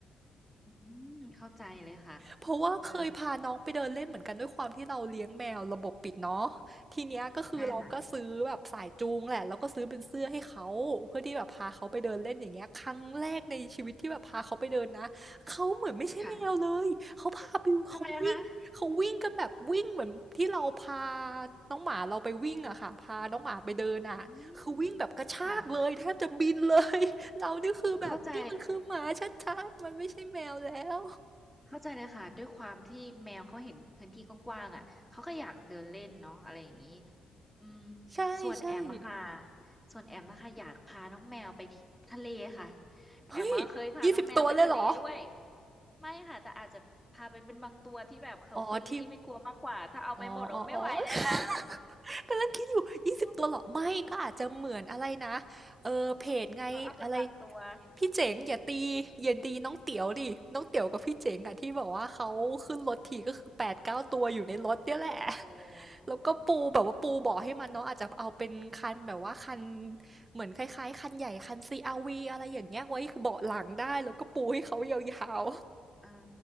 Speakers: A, in the centre; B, on the right.
A: อืมเข้าใจเลยค่ะ
B: เพราะว่าเคยพาน้องไปเดินเล่นเหมือนกันด้วยความที่เราเลี้ยงแมวระบบปิดเนาะทีเนี้ยก็คือเราก็ซื้อแบบสายจูงแหละแล้วก็ซื้อเป็นเสื้อให้เขาเพื่อที่แบบพาเขาไปเดินเล่นอย่างเงี้ยครั้งแรกในชีวิตที่แบบพาเขาไปเดินนะเขาเหมือนไม่ใช่แมวเลยเขาพาไปเขาวิ่งเขาวิ่งกันแบบวิ่งเหมือนที่เราพา
A: เออใช่ค่ะค่ะทำไมนะคะ
B: น้องหมาเราไปวิ่งอะค่ะพาน้องหมาไปเดินอะคือวิ่งแบบกระชากเลยแทบจะบินเลย
A: อืมค่ะ
B: <laughs> เรานี่คือแบบนี่มันคือหมาชัดๆมันไม่ใช่แมวแล้ว
A: เข้าใจเข้าใจเลยค่ะด้วยความที่แมวเขาเห็นพื้นที่กว้างๆอ่ะเขาก็อยากเดินเล่นเนาะอะไรอย่างนี้อืม
B: ใช่
A: ส่วนแอมอะค่ะส่วนแอมนะคะอยากพาน้องแมวไปที่ทะเลค่ะ
B: ๆเฮ้ย
A: แอมก็เคยพาน้องแมวไปทะเลด้วย
B: ยี่สิ0ตัวเลยเหรอ
A: ไม่ค่ะแต่อาจจะพาไปเป็นบางตัวที่แบบเขาเฟรนลี่ไม่กลัวมากกว่าถ้าเอาไปหมดเราไม่ไหวแน่นอน
B: อ๋อที่อ๋อๆๆ <laughs> กำลังคิดอยู่ยี่สิบตัวเหรอไม่ก็อาจจะเหมือนอะไรนะ
A: <laughs>
B: เอ่อเพจไงอะไร
A: เอาเอาไปบางตัว
B: พี่เจ๋งอย่าตีอย่าตีน้องเตี๋ยวดิน้องเตี๋ยวกับพี่เจ๋งอะที่แบบว่าเขาขึ้นรถทีก็คือ8-9ตัวอยู่ในรถเนี่ยแหละ
A: อืมอืมโอ้
B: แล้วก็ปูแบบว่าปูเบาะให้มันเนาะอาจจะเอาเป็นคันแบบว่าคัน
A: อ๋อ
B: เหมือนคล้ายๆคันใหญ่คัน CRV อะไรอย่างเงี้ยไว้คเบาะหลังได้แล้วก็ปูให้เขายาว
A: อ่า